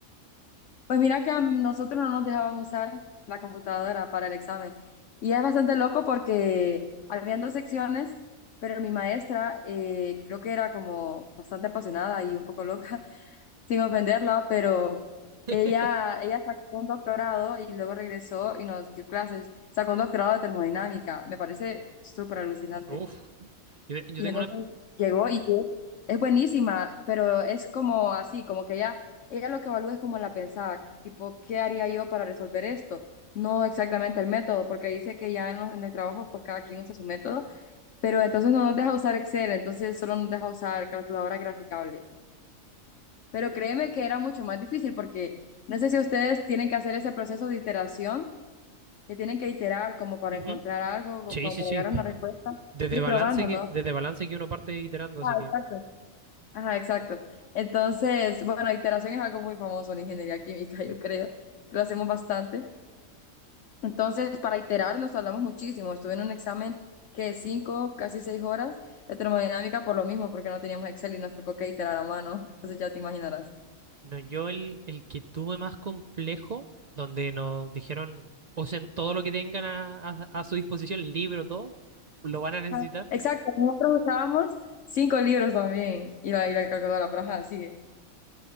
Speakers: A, on the left (about 65°); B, on the right (about 55°).
A: Pues mira que a nosotros no nos dejaban usar la computadora para el examen. Y es bastante loco porque habían dos secciones, pero mi maestra eh, creo que era como bastante apasionada y un poco loca. sin ofenderla, pero
B: <laughs>
A: ella, ella sacó un doctorado y luego regresó y nos dio clases. Sacó un doctorado de termodinámica, me parece súper alucinante.
B: Uf, yo, yo
A: Y
B: tengo
A: entonces
B: una...
A: llegó y es es buenísima, pero es como así, como que ella, ella lo que evalúa es como la pensada, tipo, ¿qué haría yo para resolver esto? No exactamente el método, porque dice que ya en, los- en el trabajo, pues cada quien usa su método, pero entonces no nos deja usar Excel, entonces solo nos deja usar calculadora graficable. Pero créeme que era mucho más difícil porque no sé si ustedes tienen que hacer ese proceso de iteración, que tienen que iterar como para
B: Ujú.
A: encontrar algo, como
B: Sí, sí,
A: para
B: sí.
A: llegar a una respuesta,
B: Desde
A: ir
B: balance
A: probando,
B: que,
A: ¿no?
B: desde balance que uno parte iterando, así
A: Ah,
B: que.
A: exacto. Ajá, exacto. Entonces, bueno, iteración es algo muy famoso en ingeniería química, <laughs> yo creo, que lo hacemos bastante. Entonces, para iterar nos tardamos muchísimo. Estuve en un examen que cinco, casi seis horas de termodinámica por lo mismo, porque no teníamos Excel y nos tocó que iterar a mano. <laughs> Entonces ya te imaginarás.
B: No, yo el, el que tuve más complejo, donde nos dijeron, usen todo lo que tengan a, a- a su disposición, el libro, todo, lo van a necesitar.
A: Ajá. Exacto, nosotros usábamos cinco libros también y la, y la calculadora, pero ajá, sigue.